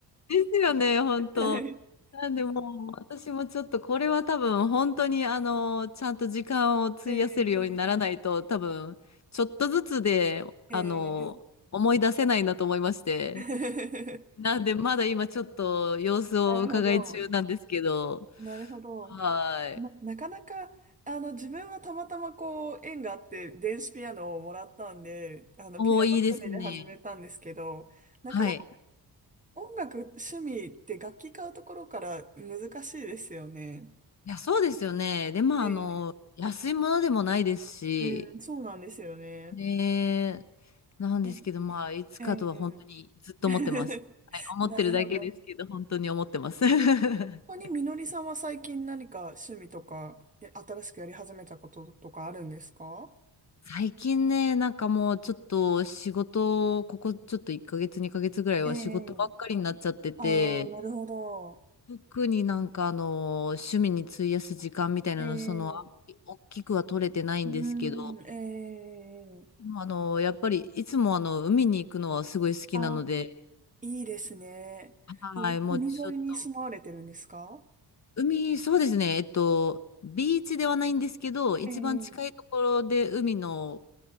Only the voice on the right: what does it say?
はい。
ええええ <laughs>
なるほど。なるほど。
ま、なかなか、あの、自分はたまたまこう、縁があって、電子ピアノをもらったんで、あの、
ピアノ趣味で始めたんですけど、
なかなか
音楽趣味って楽器買うところから難しいですよね。
ええ、
うん、そうなんですよね。
え
え、ええ <laughs>
なるほど。
ここにみのりさんは最近何か趣味とか、え新しくやり始めたこととかあるんですか
ええ、ああ、なるほど。
ええ
うーん、ええ
あ、いいですね。
海海沿いに住まわれてるんですか
ええ